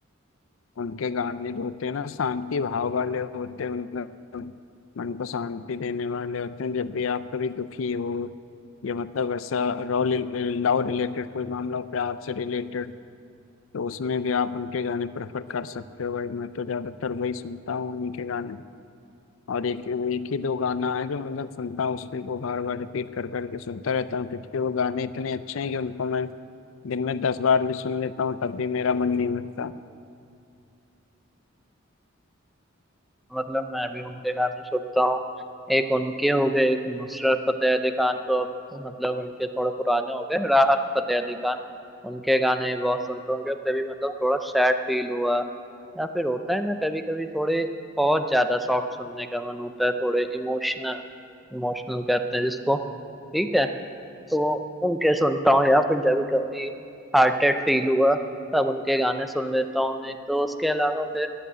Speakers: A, on the left; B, in the centre.
A: उनके गाने जो होते हैं ना शांति भाव वाले होते हैं मतलब मन को शांति देने वाले होते हैं जब भी आप कभी दुखी हो या मतलब ऐसा रॉ लव रिलेटेड कोई मामला हो प्यार से रिलेटेड तो उसमें भी आप उनके गाने प्रेफर कर सकते हो भाई मैं तो ज़्यादातर वही सुनता हूँ उन्हीं के गाने और एक एक ही दो गाना है जो मतलब सुनता हूँ उसको को बार बार रिपीट कर करके सुनता रहता हूँ क्योंकि वो गाने इतने अच्छे हैं कि उनको मैं दिन में दस बार भी सुन लेता हूँ तब भी मेरा मन नहीं भरता
B: मतलब मैं भी उनके गाने सुनता हूँ एक उनके हो गए एक नुसरत फतेह अली खान तो अब मतलब उनके थोड़े पुराने हो गए राहत फतेह अली खान उनके गाने बहुत सुनता हूँ जब कभी मतलब थोड़ा सैड फील हुआ या फिर होता है ना कभी कभी थोड़े बहुत ज्यादा सॉफ्ट सुनने का मन होता है थोड़े इमोशनल इमोशनल कहते हैं जिसको ठीक है तो उनके सुनता हूँ या फिर जब भी कभी हार्टेड फील हुआ तब उनके गाने सुन लेता हूँ नहीं तो उसके अलावा फिर